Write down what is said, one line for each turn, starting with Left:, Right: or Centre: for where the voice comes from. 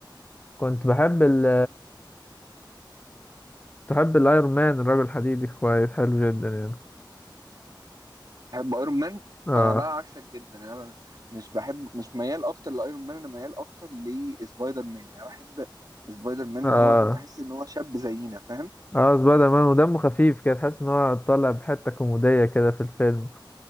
Left: كنت بحب ال تحب الايرون مان الرجل الحديدي كويس حلو جدا يعني
Right: بحب ايرون مان
Left: اه
Right: انا بقى عكسك جدا يعني انا مش بحب مش ميال اكتر لايرون مان انا ميال اكتر لسبايدر مان يعني أنا بحب سبايدر مان
Left: اه
Right: ان هو تحس ان هو شاب زينا فاهم
Left: اه سبايدر مان ودمه خفيف كده تحس ان هو طالع بحته كوميديه كده في الفيلم